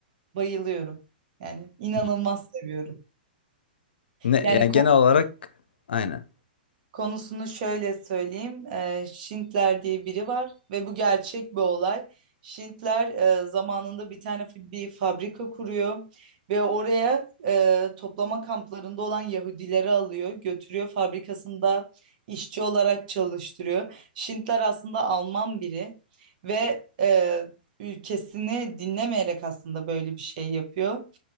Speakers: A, on the right; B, on the left.
A: bayılıyorum. Yani inanılmaz
B: Hı.
A: seviyorum.
B: Ne?
A: Yani
B: Yani genel olarak aynen.
A: Konusunu şöyle söyleyeyim. Eee Şintler diye biri var ve bu gerçek bir olay. Şintler eee, zamanında bir tane fi- bir fabrika kuruyor ve oraya eee, toplama kamplarında olan Yahudileri alıyor, götürüyor fabrikasında işçi olarak çalıştırıyor. Şintler aslında Alman biri ve eee, ülkesini dinlemeyerek aslında böyle bir şey yapıyor.